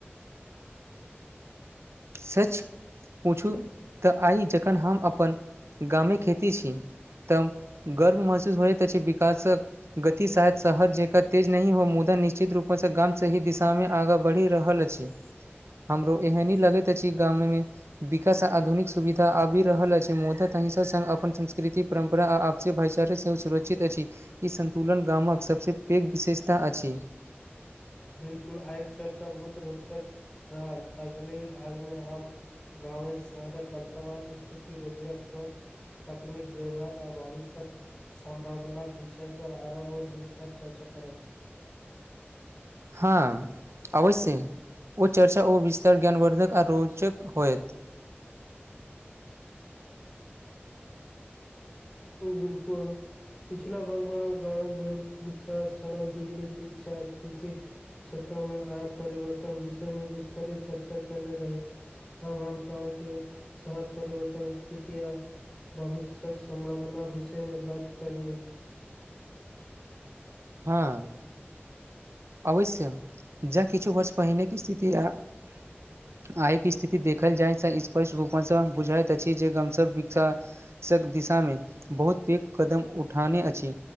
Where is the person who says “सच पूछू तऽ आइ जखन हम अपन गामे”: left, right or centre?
Right